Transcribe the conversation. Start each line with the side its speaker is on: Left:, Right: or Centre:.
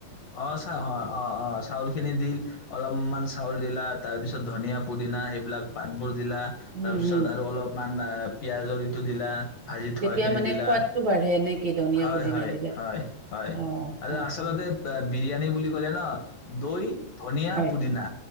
Left: অ', চা অ', অ', অ', চাউল খিনি দি অলপমান চাউল দিলা তাৰ পিছত ধনিয়া, পুদিনা সেইবিলাক পাতবোৰ দিলা,
Right: উম,
Left: তাৰপিছত
Right: হুম।
Left: আৰু অলপমান না, পিয়াজৰ ইটো দিল লা, ভাজি
Right: তেতিয়া
Left: থোৱাখিনি
Right: মানে
Left: দিলা,
Right: সোৱাদটো বাঢ়ে নে কি ধনিয়া
Left: হয়,
Right: পুদিনা
Left: হয়,
Right: দিলে?
Left: হয়, হয়,
Right: অ',
Left: আৰু
Right: অ',
Left: আচলতে
Right: অ'।
Left: বিৰিয়ানী বুলি ক'লে ন, দৈ, ধনিয়া,
Right: হয়,
Left: পুদিনা,